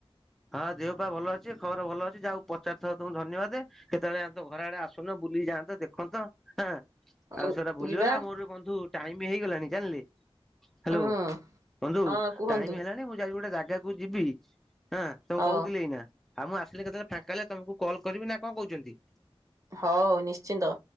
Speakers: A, in the centre; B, on the right (about 30°).
A: ହଁ ଦେହ ପା ଭଲ ଅଛି ଖବର ଭଲ ଅଛି ଯା ହଉ ପଚାରି ଥିବା ରୁ ତମକୁ ଧନ୍ୟବାଦ। କେତେବେଳେ ଆମ ତ ଘର ଆଡେ ଆସୁନ ବୁଲି କି ଯାଆନ୍ତ ଦେଖନ୍ତ ହାଁ।
B: ଉଁ,
A: ଆଉ ସେଗୁରା ଭୁଲିଗଲ
B: ଯିବା
A: ଆଉ ମୋର ବି ବନ୍ଧୁ ଟାଇମ ହେଇଗଲାଣି ଜାଣିଲେ। ହାଲୋ
B: ହଁ
A: ବନ୍ଧୁ
B: ହଁ କୁହନ୍ତୁ
A: ଟାଇମ ହେଲାଣି ମୁଁ ଯାଉଛି ଗୋଟା ଜାଗାକୁ ଯିବି ହାଁ। ତମକୁ
B: ହଉ
A: କହୁଥିଲି ଏଇ ନା ଆଉ ମୁଁ ଆସିଲେ କେତେବେଳେ ଫାଙ୍କା ହେଲେ ତମକୁ କଲ୍ କରିବି ନା କଣ କହୁଛନ୍ତି।
B: ହଉ ନିଶ୍ଚିନ୍ତ।